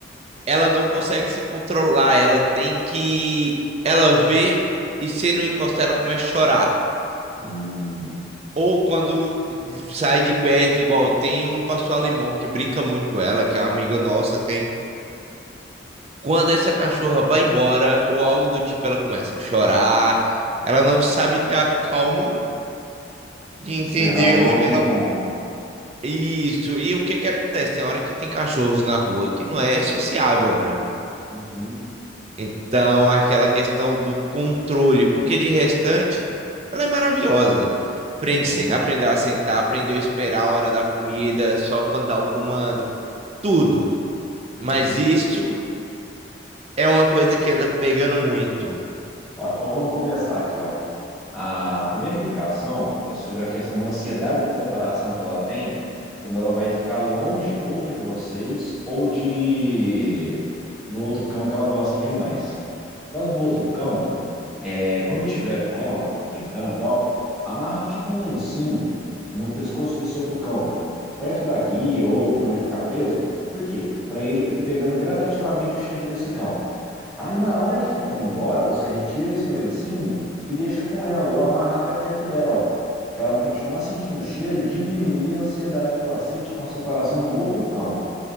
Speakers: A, on the right (about 35°); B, in the centre.
A: ela não consegue se controlar, ela tem que ela vê e se não encostar ela começa a chorar.
B: Hum,
A: Ou quando sai de perto, igual tem um pastor alemão que brinca muito com ela, que é uma amiga nossa, tem Quando essa cachorra vai embora, ou algo do tipo, ela começa a chorar, ela não sabe ter a calma de
B: esperar
A: entender
B: o
A: onde
B: novo encontro.
A: ela. Isso, e o que que acontece? Tem hora que tem cachorros na rua que não é sociável, né?
B: Uhum,
A: Então, aquela questão do controle, porque de restante, ela é maravilhosa. Aprende,
B: uhum,
A: se- aprendeu a sentar, aprendeu a esperar a hora da comida, só quando dá o comando, tudo.
B: uhum.
A: Mas isso é uma coisa que anda pegando muito.
B: Ó, então vamos começar aqui, ó. A primeira indicação é sobre a questão da ansiedade de separação que ela tem quando ela vai ficar longe ou de vocês ou de do outro cão que ela gosta demais. Por causa do outro cão, é, quando eu tiver com ela, brincando e tal, amarra tipo um lencinho no pescoço desse outro cão, perto da guia ou para ele ficar preso. Por quê? Para ir pegando gradativamente o cheiro desse cão. Aí na hora que ele for embora, você retira esse lencinho e deixa com ela, ou amarra até perto dela, para ela continuar sentindo o cheiro e diminuir a ansiedade que ela sente com a separação do outro cão